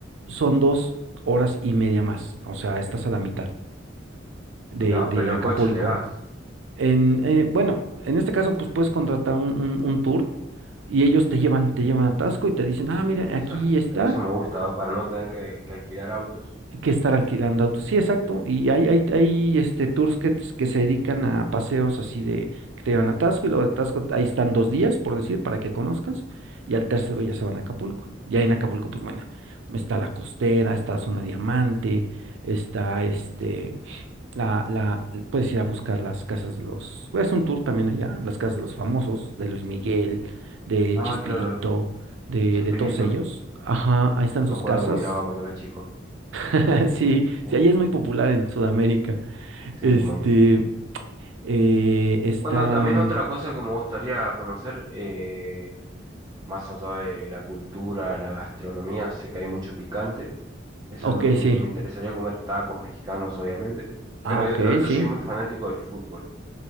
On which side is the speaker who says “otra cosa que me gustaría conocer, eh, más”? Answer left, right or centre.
Right